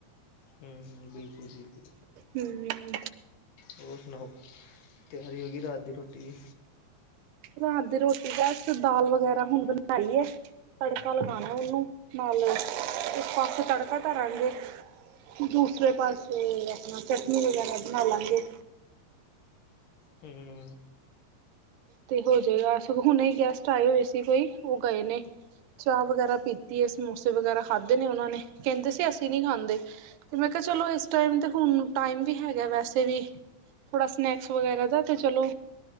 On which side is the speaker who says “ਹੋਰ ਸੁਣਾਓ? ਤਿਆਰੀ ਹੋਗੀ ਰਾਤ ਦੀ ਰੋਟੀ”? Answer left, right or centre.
Left